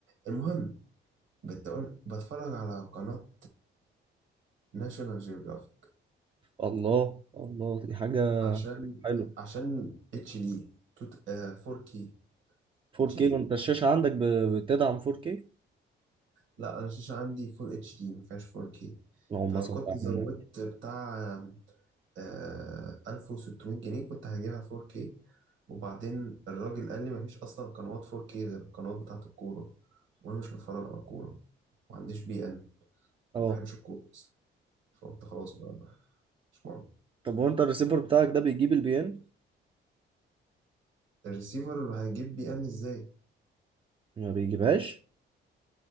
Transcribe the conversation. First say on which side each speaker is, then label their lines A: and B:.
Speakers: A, on the right; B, on the right.
A: المهم بتقول بتفرج على قناة ناشونال جيوغرافيك
B: الله الله دي حاجة
A: عشان
B: حلوة
A: عشان اتش دي 4K
B: 4K
A: اتش دي
B: وانت الشاشة عندك ب- بتدعم 4K
A: لا انا الشاشه عندي فول اتش دي ما فيهاش 4K
B: اللهم
A: فلو
B: صل
A: كنت
B: على
A: زودت
B: النبي
A: بتاع آه 1600 جنيه كنت هجيبها 4K وبعدين الراجل قال لي مفيش اصلا قنوات 4K غير القنوات بتاعه الكوره وانا مش بتفرج على كوره ما عنديش بي ان ما
B: اه
A: بحبش الكوره أصلاً. فقلت خلاص بقى مش مهم
B: طب وانت الريسيفر بتاعك ده بيجيب البيان
A: الريسيفر هيجيب بي ان ازاي
B: ما بيجيبهاش